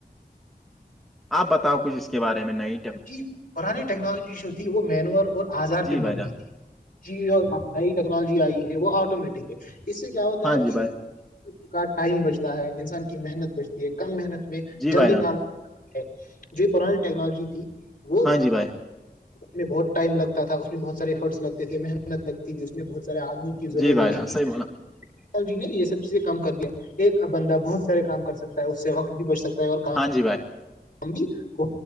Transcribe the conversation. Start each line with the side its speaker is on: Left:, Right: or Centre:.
Centre: اپ بتاؤ کچھ اس کے بارے میں نہیں
Left: جی پرانی ٹیکنالوجی جو تھی وہ مینور اور آزار
Centre: جی
Left: پہ
Centre: بھائی
Left: مبنی
Centre: جان
Left: تھی جی جو نئی ٹیکنالوجی آئی ہے وہ آٹومیٹک ہے اس سے کیا ہوتا
Centre: ہاں
Left: ہے
Centre: جی
Left: کہ
Centre: بھائی
Left: کا ٹائم بچتا ہے انسان کی محنت بچتی ہے کم محنت میں
Centre: جی
Left: جلدی
Centre: بھائی جان
Left: کام ہے جو پرانی ٹیکنالوجی تھی وہ
Centre: ہاں جی بھائی
Left: اس میں بہت ٹائم لگتا تھا اس میں بہت سار ایفرٹس لگتے تھے محنت لگتی تھی اس میں بہت سے آدمی کی ضرورت
Centre: جی بھائی
Left: ہوتی
Centre: جان
Left: تھی
Centre: صحیح بولا
Left: جی نے یہ سب چیزیں کم کر دیا ایک بندہ بہت سارے کام کر سکتا ہے اس سے وقت بھی بچ سکتا ہے اور کام
Centre: ہاں ج بھائی
Left: بھی ہو